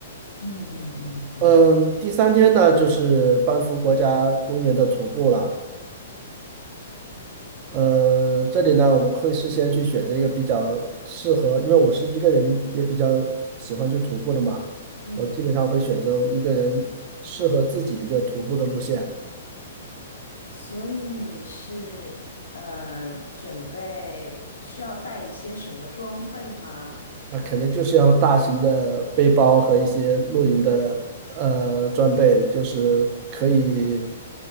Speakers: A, on the left; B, on the right.
A: 嗯嗯嗯嗯
B: 嗯，第三天呢，就是班夫国家公园的徒步了。呃，这里呢，我们会事先去选择一个比较适合，因为我是一个人，也比较喜欢去徒步的嘛。
A: 嗯，
B: 我基本上会选择一个人适合自己一个徒步的路线。
A: 所以你是呃准备需要带一些什么装备吗？
B: 那可能就是要大型的背包和一些露营的呃装备，就是可以，